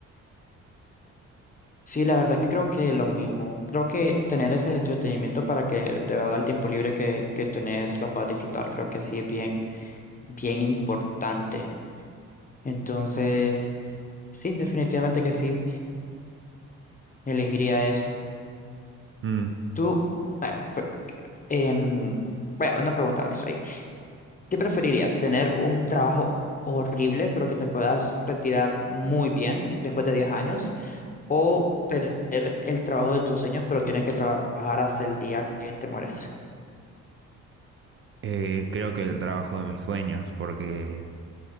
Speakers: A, on the left; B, on the right.
A: Sí, la verdad que creo que lo mismo. Creo que tener ese entretenimiento para que de verdad el tiempo libre que, que tenés lo puedas disfrutar, creo que sí es bien, bien importante. Entonces... Sí, definitivamente que sí, elegiría eso.
B: Mm,
A: Tú, vaya, pe- em, vaya, una pregunta extra ahí. ¿Qué preferirías, tener un trabajo horrible pero que te puedas retirar muy bien después de 10 años o tener el trabajo de tus sueños pero tienes que trabajar hasta el día que te mueres?
B: eh, creo que el trabajo de mis sueños, porque